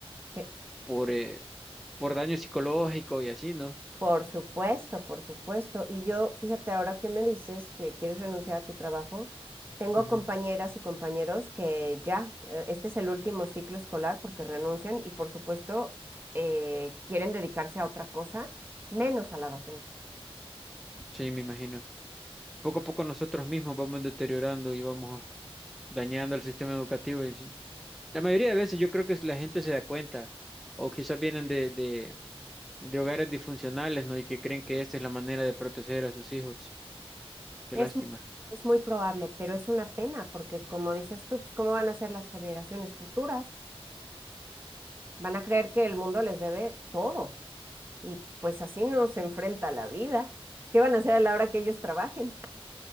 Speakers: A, on the right (about 20°); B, in the centre.
A: Sí.
B: por, eh, por daño psicológico y así, ¿no?
A: Por supuesto, por supuesto. Y yo, fíjate, ahora que me dices que quieres renunciar a tu trabajo, tengo
B: Ujú,
A: compañeras y compañeros que ya, eh, este es el último ciclo escolar porque renuncian y por supuesto eh, quieren dedicarse a otra cosa, menos a la docencia.
B: Sí, me imagino. Poco a poco nosotros mismos vamos deteriorando y vamos dañando el sistema educativo. y sí. La mayoría de veces yo creo que la gente se da cuenta, o quizás vienen de, de de hogares disfuncionales, ¿no? Y que creen que esta es la manera de proteger a sus hijos. Qué
A: Es,
B: lástima.
A: mu- es muy probable, pero es una pena porque como dices tú, pues, ¿cómo van a ser las generaciones futuras? Van a creer que el mundo les debe todo. Y pues así nos enfrenta la vida. ¿Qué van a hacer a la hora que ellos trabajen?